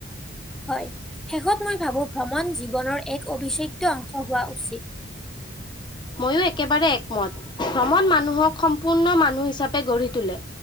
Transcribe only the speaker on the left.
মইয়ো একেবাৰে একমত ভ্ৰমণ মানুহক সম্পূৰ্ণ মানুহ হিচাপে গঢ়ি তোলে।